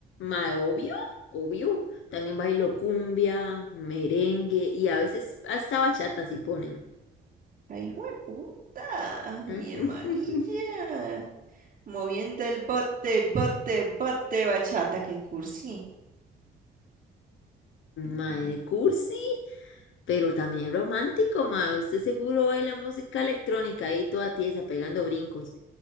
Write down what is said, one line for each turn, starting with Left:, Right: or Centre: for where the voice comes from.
Left: Mae, obvio, obvio. También bailo cumbia, merengue y a veces hasta bachata si ponen.
Right: Ay, puta,
Left: <laughs>
Right: mi hermanilla. Moviendo el bote, bote, bote, bachata, qué cursi. Ujú.
Left: Mae, cursi, pero también romántico, mae. Usted seguro baila música electrónica ahí toda tiesa, pegando brincos.